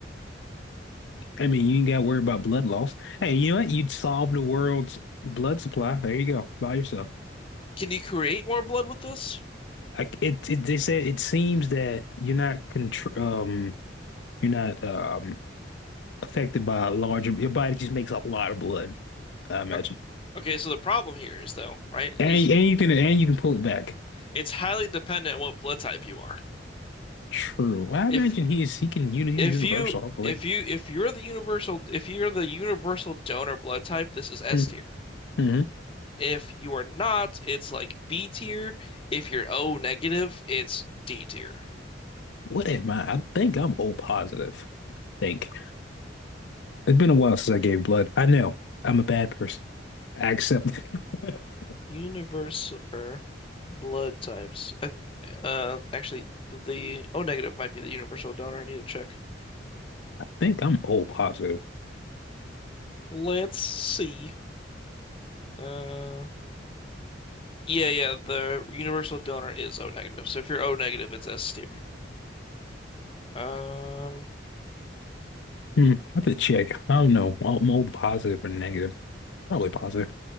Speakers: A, on the left (about 70°); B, on the left (about 30°).
A: I mean, you ain't got to worry about blood loss. Hey, you know what? You'd solve the world's blood supply. There you go, by yourself.
B: Can you create more blood with this?
A: Like it, it, they said it seems that you're not contr um, you're not um affected by a large. Your body just makes a lot of blood. I imagine,
B: O- Okay, so the problem here is though, right,
A: and
B: is
A: and you can and you can pull it back.
B: it's highly dependent on what blood type you are.
A: True. Well, I
B: If
A: imagine he is he can you he's
B: If
A: universal.
B: you
A: Hopefully.
B: if you if you're the universal if you're the universal donor blood type, this is S
A: Mm-hmm.
B: tier.
A: Mm-hmm.
B: If you are not, it's like B tier. If you're O negative, it's D tier.
A: What am I? I think I'm O positive. I think it's been a while since I gave blood. I know I'm a bad person. I accept it. <laughs>
B: Universal er, blood types. I Uh, actually, the O negative might be the universal donor. I need to check.
A: think I'm O positive.
B: Let's see. Uh, yeah, yeah, the universal donor is O negative. So if you're O negative, it's S tier. Um,
A: Hmm, I have to check. I don't know. I'm O positive or negative. Probably positive.